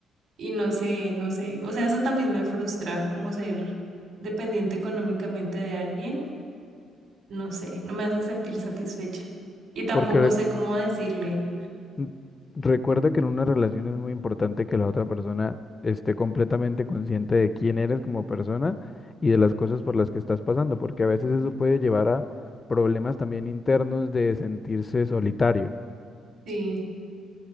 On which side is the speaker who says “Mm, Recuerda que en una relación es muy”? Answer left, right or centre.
Left